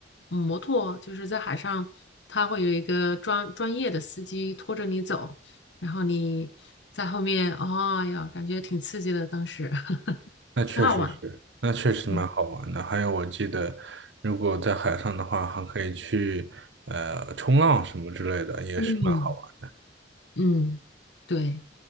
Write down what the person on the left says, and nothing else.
嗯摩托就是在海上，它会有一个专专业的司机拖着你走，然后你在后面，哦呀，感觉挺刺激的，当时 <laughs>
挺好玩。
嗯
嗯嗯，对，